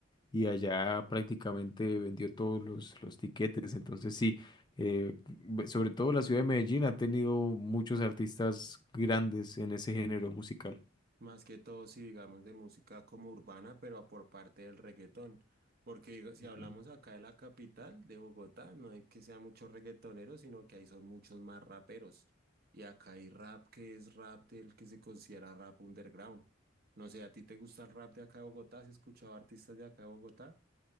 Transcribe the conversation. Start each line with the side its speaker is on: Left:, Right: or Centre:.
Left: y allá prácticamente vendió todos los, los tiquetes. Entonces, sí. Eh, be- sobre todo la ciudad de Medellín ha tenido muchos artistas grandes en ese género musical.
Right: Más que todo, si digamos de música como urbana, pero por parte del reggaetón. Porque digo, si
Left: Ujú.
Right: hablamos acá de la capital, de Bogotá, no es que sea muchos reggaetoneros, sino que ahí son muchos más raperos. Y acá hay rap que es rap del que se considera rap underground. No sé, ¿a ti te gusta el rap de acá de Bogotá? ¿Has escuchado artistas de acá de Bogotá?